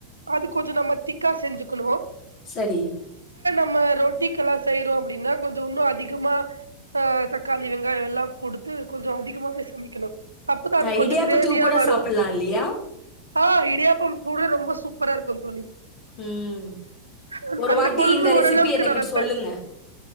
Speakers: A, on the right; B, on the left.
A: அது கொஞ்சோ நம்ம திக்க திக்கா செஞ்சிகணு
B: சேரி
A: நம்ம ரொட்டிக்கல்லா செய்யறோ அப்படின்னா கொஞ்ச இன்னோ அதிகமா ஆ தக்காளி வெங்காய எல்லா கொடுத்து கொஞ்ச அதிகமாவே சமைக்கணு அப்பதா அது
B: ஆ
A: கொஞ்சோ
B: இடியாப்பத்துக்கு
A: கிரேவியா
B: கூட
A: வரு
B: சாப்பிடலா இல்லையா
A: ஆ இடியாப்பம் கூட ரொம்ப சு சூப்பர இருக்கு தோழி
B: ம்.
A: அ
B: ஒரு
A: அந்த
B: வாட்டி
A: கொழும்பு
B: இந்த ரெசிபி
A: ஓரளவுக்கு
B: எனக்கு
A: நா வைப்பே
B: சொல்லுங்க.